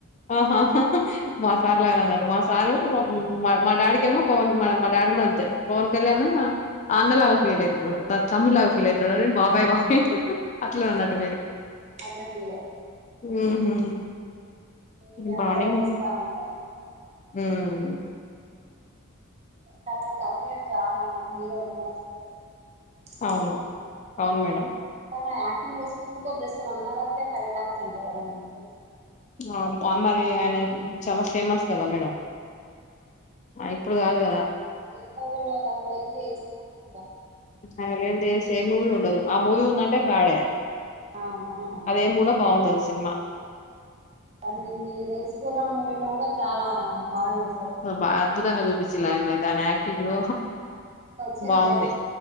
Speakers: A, on the left; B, on the right.
A: ఆహా మాసార్ లాగానే అన్నట్టు మాసా సారు మ మా డాడీకేమో పవన్ మా డాడీ కూడా అంతే పవన్ కళ్యాణ్ ని అన్న లాగా ఫీల్ అయితాడు త తమ్ముడులాగా ఫీల్ అయితాడు బాబాయి బాబాయి అట్ల అన్నట్టు మీరు
B: అట్లా ఫీల్ అయితది
A: ఉమ్ హూ
B: మేము ఇగ
A: ఇ మార్నింగ్
B: ఆట పట్టిస్తా ఉంటాం ఇగ మా సార్ని కూడా
A: ఉమ్
B: చాన కమెడిన్ చానా హీరో మస్త్ <unintelligible>
A: అవును. అవును మేడం.
B: మూవీ సేసినందుకు జస్ట్ వన్ అవర్కే ఫైవ్ ల్యాక్స్ అంటా కదాండి తెలుసా
A: వామో ఆ మరి ఆయన చాలా ఫేమస్ కదా మేడం ఆ! ఇప్పుడు
B: తను
A: గాదు గదా!
B: ఏ మూవీలో తను లేంది సినిమా హిట్టు కావాలే
A: ఆయన లేంది ఏ సే మూవీ ఉండదు ఆ మూవీ ఉందంటే బ్యాడే
B: అవునవునండి
A: అదేం కూడా బాగుండదు సినిమా
B: తను ఈ రేసుగుర్రం మూవీలో కూడా చాలా బాగా చేస్
A: బా అద్భుతంగా చూపిస్ చ్చిలు ఆయనను అయితే ఆయన యాక్ టింగ్
B: కానీ యాక్టింగ్ వచ్చి ఏమైనా
A: బాగుంది